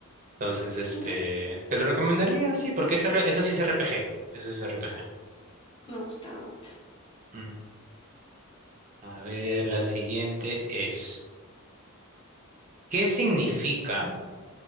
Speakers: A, on the right; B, on the left.
A: Entonces, este,
B: Mira,
A: te lo recomendaría, sí, porque es R- eso sí es RPG. Eso sí es RPG.
B: me gusta, me gusta.
A: Mm. A ver, la siguiente es, ¿qué significa